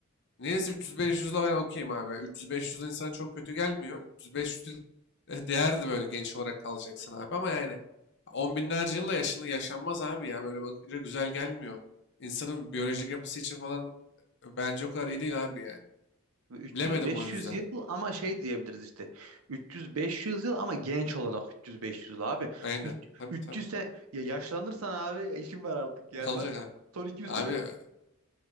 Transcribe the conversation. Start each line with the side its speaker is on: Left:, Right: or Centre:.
Left: Neyse 300-500 ben okeyim abi. 300-500 insan çok kötü gelmiyor. 300-500 yıl e, değerdi böyle genç olarak kalacaksın abi. Ama yani on binlerce yılla yaşını yaşanmaz abi ya. Böyle bakınca güzel gelmiyor. İnsanın biyolojik yapısı için falan e, bence o kadar iyi değil abi yani.
Right: 300-500
Left: Bilemedim o yüzden.
Right: yıl ama şey diyebiliriz işte. 300-500 yıl ama genç olarak 300-500 yıl abi.
Left: Aynen.
Right: Üç-
Left: Tabii
Right: 300
Left: tabii.
Right: sen ya yaşlanırsan abi işin var artık
Left: <laughs>
Right: yani
Left: Ne abi?
Right: var. ya, Son 200
Left: Abi
Right: sene